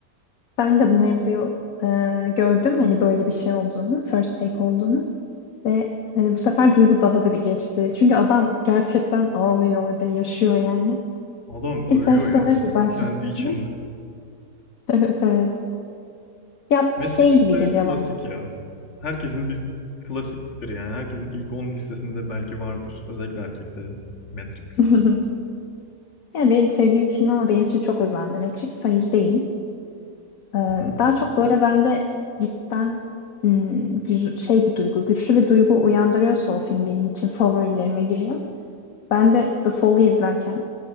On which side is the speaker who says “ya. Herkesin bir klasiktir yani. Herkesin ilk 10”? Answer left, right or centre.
Left